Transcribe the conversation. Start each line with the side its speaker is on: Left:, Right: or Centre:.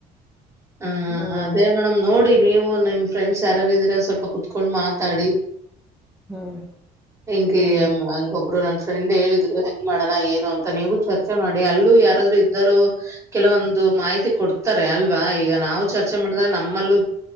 Right: ಹಾ
Centre: ಹ್ಮ್
Right: ಅದೇ ಮೇಡಮ್ ನೋಡಿ ನೀವು ನಿಮ್ ಫ್ರೆಂಡ್ಸ್ ಯಾರಾರು ಇದೀರ ಸ್ವಲ್ಪ ಕುತ್ಕೊಂಡ್ ಮಾತಾಡಿ
Centre: ಹ್ಮ್
Right: ಹೆಂಗ
Centre: ಹ್ಮ್
Right: ಹಂಗೊಬ್ರು ನನ್ ಫ್ರೆಂಡ್ ಹೇಳಿದ್ರು ಹೆಂಗ ಮಾಡ ಏನು ಅಂತ ನೀವು ಚರ್ಚೆ ಮಾಡಿ ಅಲ್ಲೂ ಯಾರಾದ್ರು ಇದ್ದರುೂ ಕೆಲವೊಂದು ಮಾಹಿತಿ ಕೊಡ್ತಾರೆ ಅ ಅಲ್ವಾ ಈಗ ನಾವು ಚರ್ಚೆ ಮಾಡಿದಾಗ ನಮ್ಮಲ್ಲೂ